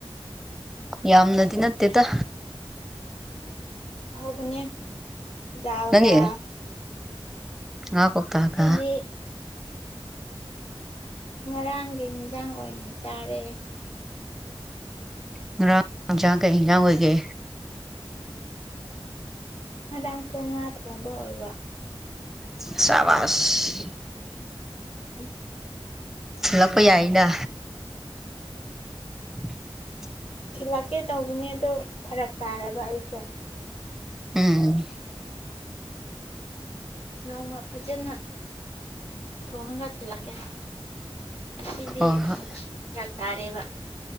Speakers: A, in the centre; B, on the left.
A: ꯌꯥꯝꯅꯗꯤ ꯅꯠꯇꯦꯗ
B: ꯑꯍꯥꯎꯕꯅꯤ ꯗꯥꯜꯒ
A: ꯅꯪꯒꯤ ꯉꯥ ꯀꯧꯇꯥꯒ
B: ꯑꯩꯗꯤ ꯉꯔꯥꯡꯒꯤ ꯌꯦꯟꯖꯥꯡ ꯑꯣꯏꯅ ꯆꯥꯔꯦ
A: ꯉꯔꯥꯡ ꯌꯦꯟꯖꯡ ꯀꯩ ꯏꯖꯡ ꯑꯣꯏꯒꯦ
B: ꯉꯔꯥꯡꯁꯦ ꯉꯥ ꯊꯣꯡꯕ ꯑꯣꯏꯕ
A: ꯁꯕꯥꯁ
B: ꯎꯝ
A: ꯊꯤꯂꯛꯄ ꯌꯥꯏꯅ <inaudible>
B: ꯊꯤꯜꯂꯛꯀꯦ ꯇꯧꯕꯅꯦ ꯑꯗꯣ ꯐꯔꯛ ꯇꯥꯔꯕ ꯑꯩꯁꯦ
A: ꯎꯝ
B: ꯅꯣꯡꯃ ꯐꯖꯅ ꯊꯣꯉꯒ ꯊꯤꯂꯛꯀꯦ ꯉꯁꯤꯗꯤ
A: ꯍꯣꯏ ꯍꯣꯏ
B: ꯐꯔꯛ ꯇꯥꯔꯦꯕ